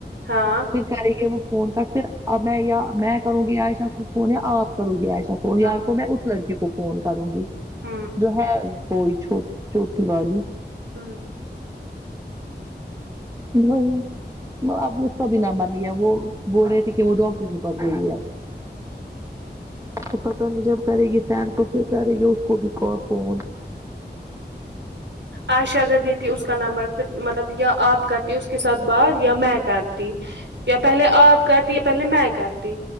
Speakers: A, on the right (about 80°); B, on the right (about 15°).
A: ہاں
B: پھر کریں گے وہ فون کا پھر اب میں یا میں کروں گی عائشہ کو فون یا آپ کروں گی عائشہ کو یا
A: ہاں
B: تو میں اس لڑکی کو فون کروں گی
A: ہ
B: جو ہے کوئی چو چھوٹی والی
A: ہوں
B: پھر وہی م اب اس کا بھی نمبر نہیں ہے وہ بول رہی تھی کہ وہ ڈاکٹر کے پاس گئی ہے تو پتہ نہیں جب کرے گی سینڈ تو پھر کرے گی اس کو بھی کو کال فون
A: عاشہ اگر دیتی اس کا نمبر پھر مطلب یا آپ کرتی اس کے ساتھ بات یا میں کرتی یا پہلے آپ کرتی یا پہلے میں کرتی